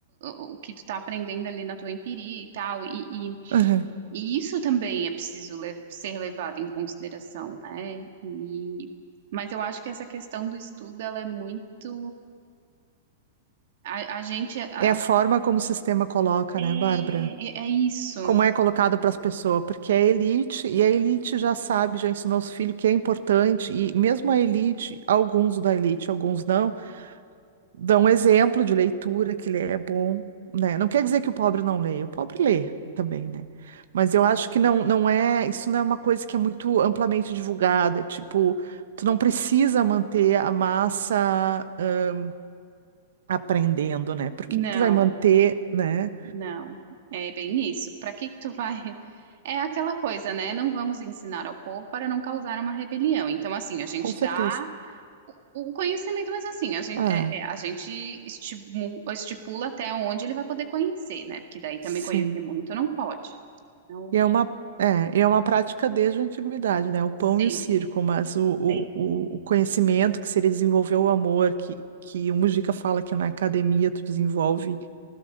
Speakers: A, on the right; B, on the right.
A: o, o que tu tá aprendendo ali na tua empiria e tal, e,
B: Uhum.
A: e isso também é preciso le- ser levado em consideração, né? E, mas eu acho que essa questão do estudo, ela é muito... A, a gente... a-
B: É a forma como o sistema coloca,
A: é,
B: né, Bárbara?
A: é é isso.
B: Como é colocado para as pessoas, porque é elite, e a elite já sabe, já ensinou os filhos que é importante, e mesmo a elite, alguns da elite, alguns não. dá um exemplo de leitura que ler é bom, né? Não quer dizer que o pobre não leia, o pobre lê também, né? Mas eu acho que não, não é, isso não é uma coisa que é muito amplamente divulgada, é tipo, tu não precisa manter a massa ah, aprendendo, né? Por
A: Não,
B: que que tu vai manter, né?
A: não. É bem isso. Para que que tu vai... <laughs> É aquela coisa, né? Não vamos ensinar ao povo para não causar uma rebelião. Então, assim, a gente
B: Com certeza.
A: dá o conhecimento, mas assim, a gente,
B: Ah,
A: é- é, a gente estimu- estipula até onde ele vai poder conhecer, né? Porque daí também
B: sim.
A: conhecer muito não pode. Então,
B: E é uma, é, e é uma prática desde a antiguidade, né? O pão
A: sim,
B: e o circo, mas o,
A: sim,
B: o, o o conhecimento que se ele desenvolveu o amor, que, que o Mujica fala que na academia tu desenvolve.